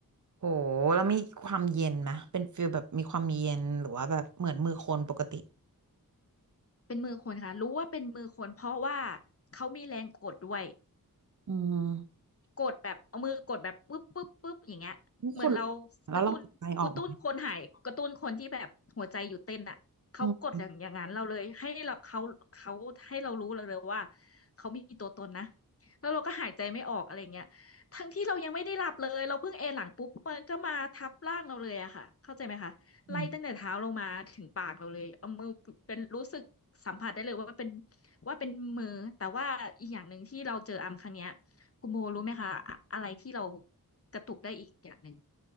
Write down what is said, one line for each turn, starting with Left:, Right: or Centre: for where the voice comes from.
Right: โหแล้วมีความเย็นไหมเป็นฟิลแบบมีความเย็นหรือว่าแบบเหมือนมือคนปกติ
Left: เป็นมือคนค่ะรู้ว่าเป็นมือคนเพราะว่าเขามีแรงกดด้วย
Right: อืม
Left: กดแบบเอามือกดแบบปึ๊บปึ๊บปึ๊บอย่างเงี้ยเหมือนเรา
Right: ทุกคนแล้วลองใจออกไหม
Left: กระตุ้นกระตุ้นคนหายกระตุ้นคนที่แบบหัวใจหยุดเต้นอ่ะเขากดอย่างอย่างนั้นเราเลยให้เราเขาเขาให้เรารู้เเลยว่า
Right: อืม
Left: เขามีตัวตนนะแล้วเราก็หายใจไม่ออกอะไรเงี้ยทั้งที่เรายังไม่ได้หลับเลยเราเพิ่งเอนหลังปุ๊บมันก็มาทับร่างเราเลยอะค่ะเข้าใจไหมคะไล่ตั้งแต่เท้าลงมาถึงปากเราเลยเอามือเป็นรู้สึกสัมผัสได้เลยว่าเป็น
Right: อืม
Left: ว่าเป็นมือแต่ว่าอีกอย่างหนึ่งที่เราเจออัมครั้งเนี้ย คุณโมรู้ไหมคะอะอะไรที่เรากระตุกได้อีกอย่างหนึ่ง